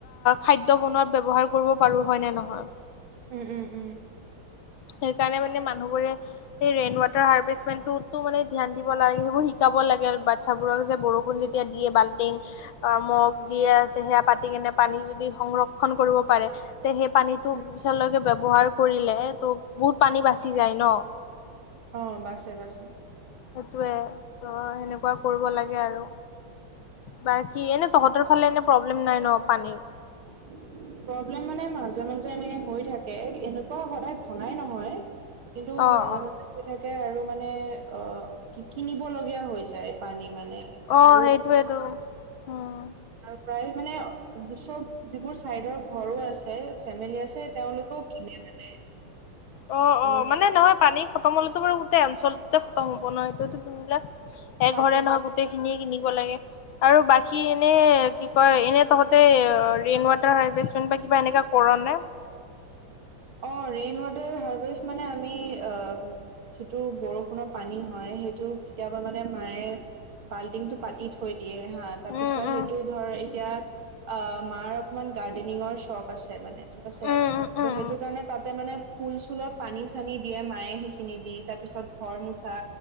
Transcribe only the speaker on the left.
খাদ্য বনোৱাত ব্যৱহাৰ কৰিব পাৰোঁ হয় নে নহয়।
সেইকাৰণে মানে মানুহবোৰে সেই ৰেন ৱাটাৰ হাৰ্ভেষ্টমেণ্টতো মানে ধ্যান দিব লাগে সেইবোৰ শিকাব লাগে বা ইচ্ছাবোৰক যে বৰষুণ যেতিয়া বাল্টিং মগ যিয়ে আছে সেয়া পাতি কেনে পানী যদি সংৰক্ষ ক্ষন কৰিব পাৰে তে সেই পানীটো
পিছলৈকে ব্যৱহাৰ কৰিলে ত বহুত পানী বাচি যায় ন'।
সেইটোৱে ত' সেনেকুৱা কৰিব লাগে আৰু। বাকী এনে তহঁতৰ ফালে এনে প্ৰব্লেম নাই ন' পানীৰ?
অ
অ
অ'
সেইটোৱেতো উম।
অ',
অ', মানে নহয় পানী খতম হ'লেতো বাৰু গোটেই অঞ্চলটোতে খতম হ'ব নহয় ইটো সিটো কিনিলে। এঘৰে
নহয় গোটেইখিনিয়ে কিনিব লাগে। আৰু বাকী এনে কি কয় এনে তহঁত <unintelligible> ৰেইন ৱাটাৰ হাৰ্ভেষ্টমেণ্ট বা কিবা এনেকুৱা কৰোঁ নে?
উম,
উম,
উম, উম, উম,